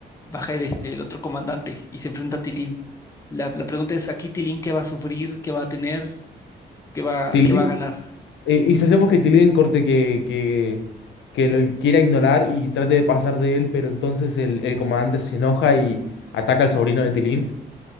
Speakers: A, on the left; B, on the left.
A: baja el, este, el otro comandante y se enfrenta a Tilín. La, la pregunta es, aquí Tilín, ¿qué va a sufrir? ¿Qué va a tener? ¿Qué va,
B: Tilín,
A: qué va a ganar?
B: eh, y si hacemos que Tilín corte que, que, que lo quiera ignorar y trate de pasar de él, pero entonces el, el comandante se enoja y ataca al sobrino de Tilín